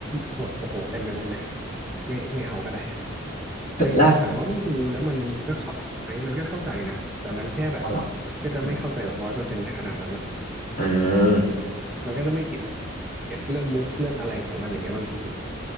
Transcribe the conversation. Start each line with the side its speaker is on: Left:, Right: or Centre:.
Centre: โอ้โหโอ้โหเต็มไปหมดเลยไม่ไม่เอาก็ได้แต่จริงๆถามว่าไม่ดูแล้วมันก็เข้าไหมมันก็เข้าใจนะแต่มันแค่แบบ
Left: ล่าสุดอ๋อเหร
Centre: ก็จะไม่เข้าใจแบบร้อยเปอร์เซ็นต์ในขนาดนั้นอะ
Left: ออืม
Centre: มันก็จะไม่เก็ตเก็ตเรื่องมุกเรื่องอะไรของมันอย่างเงี้ยบางทีอะ